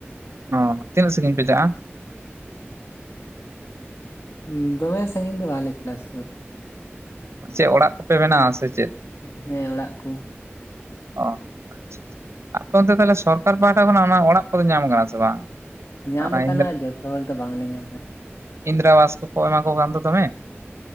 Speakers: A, on the right (about 80°); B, on the left (about 85°).
A: ᱚ ᱛᱤᱱᱟᱹᱜ ᱥᱟᱺᱜᱤᱧ ᱯᱮ ᱪᱟᱜᱼᱟ?
B: ᱩᱸ ᱫᱚᱢᱮ ᱥᱟᱺᱜᱤᱧ ᱫᱚ ᱵᱟᱞᱮ ᱪᱟᱞᱟᱜᱼᱟ ᱥᱳᱨ᱾
A: ᱪᱮᱫ ᱚᱲᱟᱜ ᱠᱚᱯᱮ ᱵᱮᱱᱟᱣ ᱥᱮ ᱪᱮᱫ?
B: ᱦᱮᱸ ᱚᱲᱟᱜ ᱠᱩ᱾
A: ᱚ ᱟᱪᱪᱷᱟ ᱟᱯᱮ ᱚᱱᱛᱮ ᱛᱟᱞᱦᱮ ᱥᱚᱨᱠᱟᱨ ᱯᱟᱦᱴᱟ ᱠᱷᱚᱱᱟᱜ, ᱚᱱᱟ ᱚᱲᱟᱜ ᱠᱚᱫᱚ ᱧᱟᱢ ᱠᱟᱱᱟ ᱥᱮ ᱵᱟᱝ?
B: ᱧᱟᱢ
A: ᱚᱱᱟ
B: ᱟᱠᱟᱱᱟ
A: ᱤᱱᱫᱨᱟ
B: ᱡᱚᱛᱚ ᱦᱚᱲ ᱫᱚ ᱵᱟᱝᱞᱮ ᱧᱟᱢ ᱟᱠᱟᱫᱟᱺ
A: ᱤᱱᱫᱨᱟᱵᱟᱥ ᱠᱚᱠᱚ ᱮᱢᱟᱢᱟ ᱠᱚ ᱠᱟᱱ ᱫᱚ ᱫᱚᱢᱮ᱾